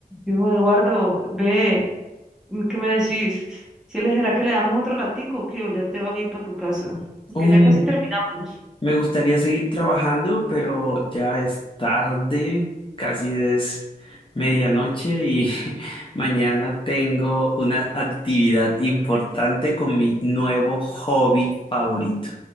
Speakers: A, in the centre; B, on the left (about 35°).
A: Digo, Eduardo, ve, mm, ¿qué me decís? Si le será que le damos otro ratico, o que o ya te vas a ir para tu casa, porque
B: Uy,
A: ya casi terminamos.
B: me gustaría seguir trabajando, pero ya es tarde, casi es medianoche y <laughs> mañana tengo una actividad importante con mi nuevo hobby favorito.